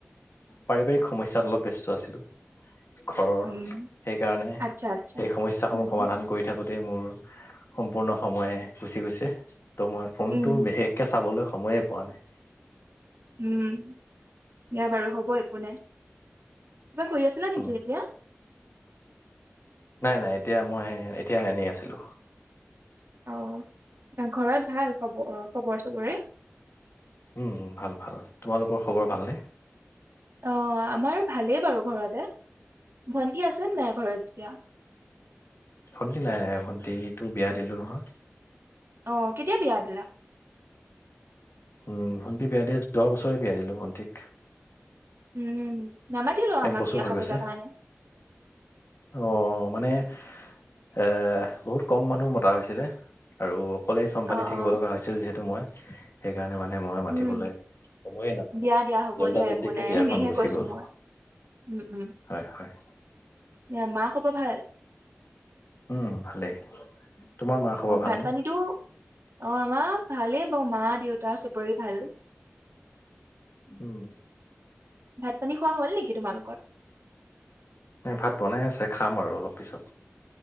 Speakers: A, on the left; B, on the right.
A: পাৰিবাৰিক সমস্যাত অলপ ব্যস্ত আছিলোঁ। ঘৰৰ,
B: উম
A: সেইকাৰণে।
B: আচ্ছা আচ্ছা
A: সেই সমস্যা সমূহ
B: উম
A: সমাধান কৰি থাকোতে তাকে, মোৰ পূৰ্ণ সময়ে কৈছে ত' মই ফোনটো
B: উম
A: বিশেষকে চাবলৈ সময়ে পোৱা নাই।
B: উম দিয়া বাৰু হ'ব একো নাই। কিবা কৰি আছিলা নেকি,
A: উম
B: এতিয়া?
A: নাই, নাই, এতিয়া মই, এতিয়া এনেই আছিলোঁ।
B: উম! ঘৰত ভাল? খবৰ খবৰ চবৰে?
A: উম, ভাল! ভাল! তোমালোকৰ খবৰ ভালনে?
B: অ' আমাৰ ভালেই বাৰু ঘৰতে। ভন্টি আছে নে নাই ঘৰত এতিয়া?
A: ভণ্টি নাই।‌ভণ্টিটো বিয়া দিলোঁ নহয়।
B: অ' কেতিয়া বিয়া দিলা?
A: উম ভণ্টি বিয়া দিয়া দহ বছৰে, ‌ বিয়া দিলো ভণ্টিক।
B: উম! নামা <unintelligible>
A: এক
B: আমাক
A: বছৰ
B: বিয়া
A: হৈ
B: খাবলৈ
A: গৈছে।
B: কাৰণে
A: অ' মানেৎ এ বহুত কম মানুহ মতা হৈছিলে, আৰু অকলে চম্ভালি
B: অ
A: থাকিব
B: অ
A: লগা হৈছিল, যিহেতু মই সেই সেইকাৰণে মানে মই মাতিবলৈ,
B: উম
A: সময়ে নাপালোঁ।
B: দিয়া দিয়া হ'ব
A: জল্দা
B: দিয়া
A: জল্দিকে
B: একো নাই
A: বিয়াখন
B: এনেইহে
A: গুচি
B: কৈছো
A: গ'ল।
B: মই উম উম
A: হয়, হয়।
B: দিয়া মা খবৰ ভাল?
A: উম ভালেই। তোমাৰ মা খবৰ
B: অ ভাত
A: ভালনে?
B: পানীতো অ' আমাৰ ভালেই বাৰু, মা, দেউতা চবৰে ভাল।
A: উম!
B: ভাত পানী খোৱা হ'ল নেকি তোমালোকৰ?
A: এ ভাত বনাই আছে, খাম আৰু অলপ পিছত।